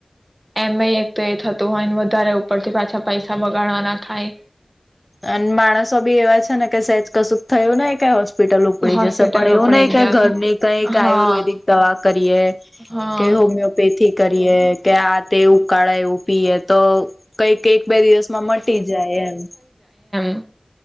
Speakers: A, on the right; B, on the left.
A: એમ એક તો એ થતું હોય ને વધારે. ઉપથી પાછા પૈસા બગાડવા ના થાય.
B: અને માણસો બી એવા છે ને કે સેજ કશું થયું ને ક. હોસ્પિટલ ઉપડી
A: હોસ્પિટલો
B: જશે પણ એવું
A: પડી
B: નહી કઈ
A: ગયા
B: ઘરની કઈક
A: હા
B: આયુર્વેદિક દવા કરીએ
A: હા
B: કે હોમિયોપેથી કરીએ કે આ તે ઉકાળા એવું પીએ તો કઈક કે એક બે દિવસમાં મટી જાય એમ
A: હ